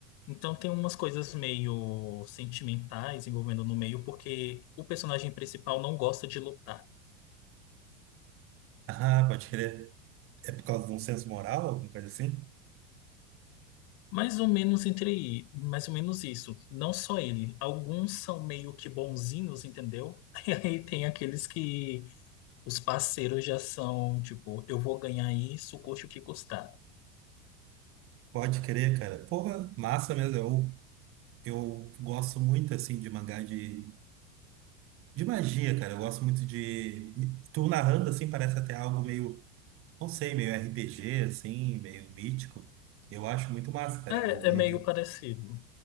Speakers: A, on the left; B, on the right.
A: Então tem umas coisas meio sentimentais envolvendo no meio, porque o personagem principal não gosta de lutar.
B: Ah, pode crer. É por causa de um senso moral, alguma coisa assim?
A: Mais ou menos entre, mais ou menos isso. Não só ele. Alguns são meio que bonzinhos, entendeu? <laughs> E aí tem aqueles que os parceiros já são, tipo, eu vou ganhar isso, custe o que custar.
B: Pode crer, cara. Porra, massa mesmo. Eu gosto muito, assim, de mangá de, de magia, cara. Eu gosto muito de... Tu narrando, assim, parece até algo meio, não sei, meio RPG, assim, meio mítico. Eu acho muito massa, cara.
A: É,
B: O
A: é
B: mito-
A: meio parecido.